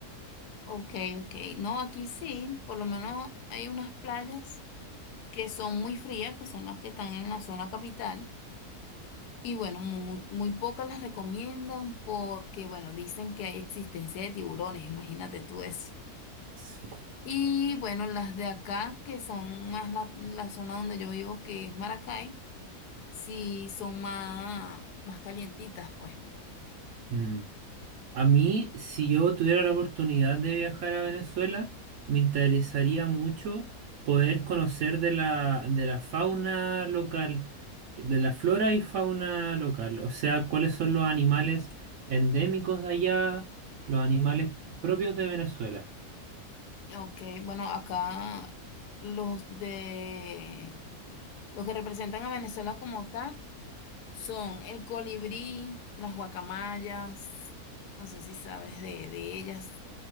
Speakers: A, on the left (about 85°); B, on the right (about 70°).
A: Ok, ok. No, aquí sí, por lo menos hay unas playas que son muy frías, que son las que están en la zona capital. Y bueno, muy, muy pocas las recomiendan porque, bueno, dicen que hay existencia de tiburones, imagínate tú eso.
B: Sí.
A: Y bueno, las de acá, que son más la, la zona donde yo vivo, que es Maracay, sí son más, más calientitas, pues.
B: Mm. A mí, si yo tuviera la oportunidad de viajar a Venezuela, me interesaría mucho poder conocer de la, de la fauna local, de la flora y fauna local, o sea, cuáles son los animales endémicos de allá, los animales propios de Venezuela.
A: Ok, bueno, acá los de los que representan a Venezuela como tal son el colibrí, las guacamayas, no sé si sabes de, de ellas,